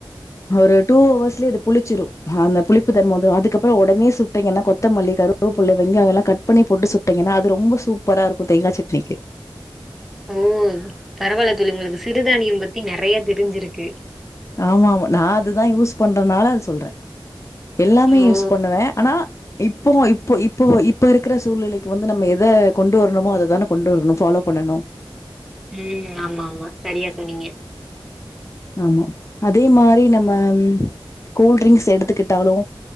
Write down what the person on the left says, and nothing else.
ஒரு டூ அவர்ஸ்லயே இது புளிச்சிறு அ அந்த புளிப்பு தன்ம வந்துரு அதுக்கப்புறோ உடனே சுட்டீங்கன்ன கொத்தமல்லி கருவேப்பில்ல வெங்காயோலா கட் பண்ணி போட்டு சுட் ட்டீங்கன்னா அது ரொம்ப சூப்பரா இருக்கு தேங்கா சட்னிக்கு
ஆமா ஆமா நா அதுதா யூஸ் பண்றனால அது சொல்றே எல்லாமே யூஸ்
பண்ணுவே ஆனா இப்பவு இப்போ இப்போ இப்ப இருக்கிற சூழ்நிலைக் இப்ப வந்து நம்ம எத கொண்டு வர்ணுமோ அததானே கொண்டு வரணு ஃபாலோ பண்ணணு
ஆமா அதே மாரி நம்ம கூல்டரிங்க்ஸ் எடுத்துக்கிட்டாலு